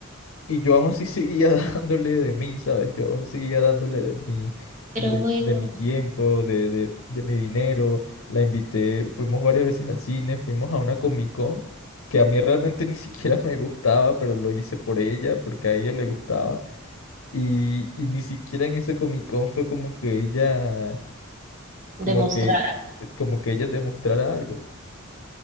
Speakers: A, on the left (about 75°); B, on the right (about 40°).
A: Y yo aún así seguía <laughs> dándole de mí, ¿sabes? Yo aún seguía dándole de mi,
B: Pero
A: de,
B: bueno,
A: de mi tiempo, de, de, de mi dinero. La invité, fuimos varias veces al cine, fuimos a una Comic Con que a mí realmente <laughs> ni siquiera me gustaba, pero lo hice por ella, porque a ella le gustaba. Y, y ni siquiera en ese Comic Con fue como que ella,
B: demostrar.
A: como que, como que ella demostrara algo.